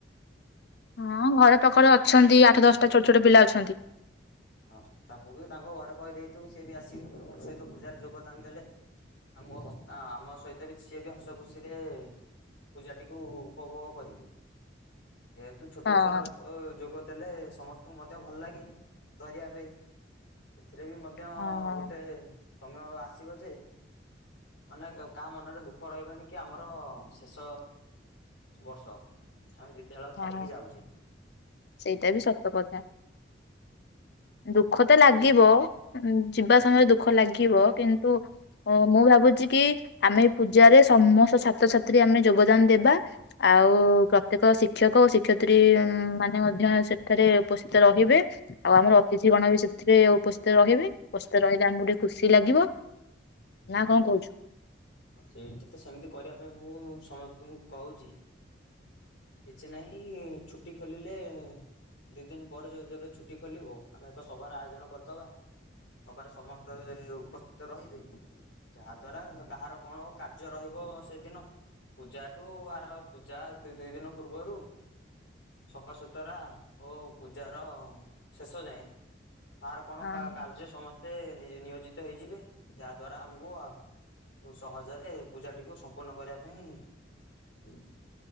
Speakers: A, on the left (about 60°); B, on the left (about 80°).
A: ହଁ ଘର ପାଖରେ ଅଛନ୍ତି ଆଠ ଦଶଟା ଛୋଟ ଛୋଟ ପିଲା ଅଛନ୍ତି।
B: ହଁ ତାଙ୍କୁ ବି ତାଙ୍କ ଘରେ କହିଦେଇଥିବୁ ସିଏ ବି ଆସିବେ ଆମ ସହିତ ପୂଜାରେ ଯୋଗଦାନ ଦେଲେ ଆମକୁ ଆମ ସହିତ ବି ସିଏ ବି ହସ ଖୁସିରେ ପୂଜାଟିକୁ ଉପଭୋଗ କରିବେ। ଯେହେତୁ ଛୋଟ
A: ହଁ
B: ଛୁଆ ଯୋଗ ଦେଲେ ସମସ୍ତଙ୍କୁ ମଧ୍ୟ ଭଲ ଲାଗେ। ଧରିବା ପାଇଁ। ଏଥିରେ ବି ମଧ୍ୟ
A: ହଁ
B: ଗୋଟେ ସମୟ ଆସିବ ଯେ ମାନେ କାହା ମନରେ ଦୁଃଖ ରହିବନି କି ଆମର ଶେଷ ବର୍ଷ ଆମେ ବିଦ୍ୟାଳୟ ଛାଡିକି
A: ହଁ
B: ଯାଉଛେ
A: ସେଇଟା ବି ସତ କଥା। ଦୁଃଖ ତ ଲାଗିବ ଯିବା ସମୟରେ ଦୁଃଖ ଲାଗିବ କିନ୍ତୁ ମୁଁ ଭାବୁଛି କି ଆମେ ପୂଜାରେ ସମସ୍ତ ଛାତ୍ରଛାତ୍ରୀ ଆମେ ଯୋଗଦାନ ଦେବା ଆଉ ପ୍ରତ୍ୟେକ ଶିକ୍ଷକ ଓ ଶିକ୍ଷୟତ୍ରୀ ମାନେ ମଧ୍ୟ ସେଠାରେ ଉପସ୍ଥିତ ରହିବେ ଆଉ ଆମର ଅତିଥି କଣ ବି ସେଥିରେ ଉପସ୍ଥିତ ରହିବେ ଉପସ୍ଥିତ ରହିଲେ ଆମକୁ ଟିକେ ଖୁସି ଲାଗିବ। ନା
B: ହଁ
A: କଣ କହୁଛୁ?
B: ସେଇଟା ତ ସେମିତି କରିବା ପାଇଁ ମୁଁ ସମସ୍ତ ତୁ କହୁଛି କିଛି ନାହିଁ ଛୁଟି ଖୋଲିଲେ ଦୁଇ ଦିନ ପରେ ଯ ଯେବେ ଛୁଟି ଖୋଲିବ ଆମେ ଏକ ସଭାର ଆୟୋଜନ କରିଦେବା ସଭାରେ ସମସ୍ତେ ଉପସ୍ଥିତ ରହିବେ। ଯାହା ଦ୍ଵାରା କାହାର କଣ କାର୍ଯ୍ୟ ରହିବ ସେଦିନ ପୂଜାଠୁ ଆର ପୂଜା ଦୁଇ ଦିନ ପୂର୍ବରୁ ସକାସତୁରା ଓ ପୂଜାର ଶେଷ ଯାଏ। ସାର୍ କଣ
A: ହଁ
B: କାର୍ଯ୍ୟ ସମସ୍ତ ମତେ ନିୟୋଜିତ ହେଇଯିବେ ଯା ଦ୍ଵାରା ଆମକୁ ଆ ସହଜରେ ପୂଜାଟିକୁ ସମ୍ପୂର୍ଣ୍ଣ କରିବା ପାଇଁ